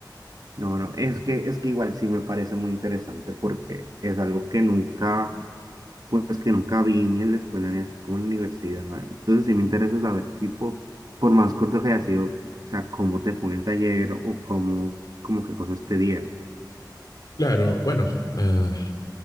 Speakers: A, on the right (about 55°); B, on the left (about 60°).
A: No, no, es que, es que igual sí me parece muy interesante porque es algo que nunca, pues que nunca vi ni en la escuela ni así como en la universidad. Entonces sí me interesa saber, tipo, por más corto que haya sido, o sea, cómo te fue en el taller o cómo, como qué cosas te dieron.
B: claro, bueno, ah,